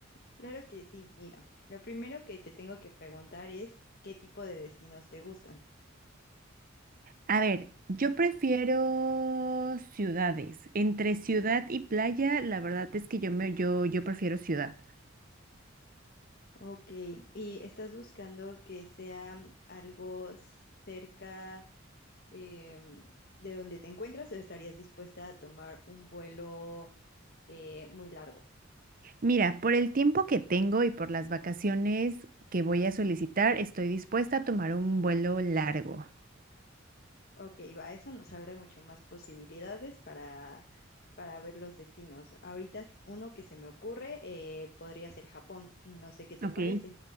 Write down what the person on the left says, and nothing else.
Claro que sí, mira, lo primero que te tengo que preguntar es qué tipo de destinos te gustan.
Ok, ¿y estás buscando que sea mm, algo cerca em, de donde te encuentras o estarías dispuesta a tomar un vuelo eh, muy largo?
Ok, va, eso nos abre mucho más posibilidades para, para ver los destinos. Ahorita uno que se me ocurre eh, podría ser Japón, no sé qué te
parece.